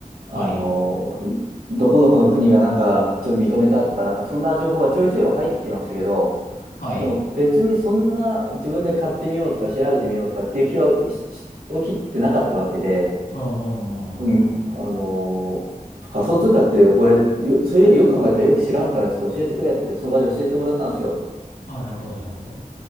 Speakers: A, on the right (about 90°); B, on the left (about 80°).
A: あの、
B: はい。
A: どこどこの国がなんかちょっと認めたとか、なんかそんな情報はちょいちょいは入ってきてましたけど、
B: はい。
A: でも別にそんな自分で買ってみようとか調べてみようとかっていう気はしし起きてなかったわけで、
B: うんうんうんうんうんうん。
A: うん、あのー仮想通貨って俺、よ、そういうよく考えたらよく知らんからちょっと教えてくれってその場で教えてもらったんですよ。
B: ああ、なるほど、なるほど。